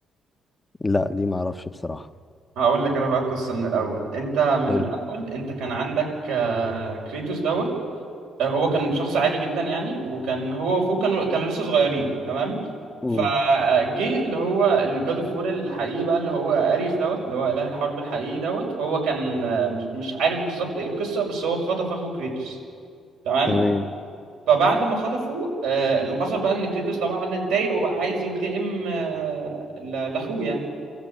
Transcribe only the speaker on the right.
هقول لك انا بقى القصه من الاول انت من
الاول انت كان عندك آه، كريتوس دوت هو كان شخص عادي جدا يعني وكان هو واخوه كانوا كانوا لسه صغيرين تمام
فجه اللي هو الجاد اوف وور الحقيقي بقى اللي هو اريس دوت اللي هو اله الحرب الحقيقي دوت هو كان آه، مش مش عارف بالظبط ايه القصه بس هو خطف اخو كريتوس تمام
فبعد ما خطفه آه، اللي حصل بقى ان كريتوس طبعا اتضايق وبقى عايز ينتقم آه، ل- لاخوه يعني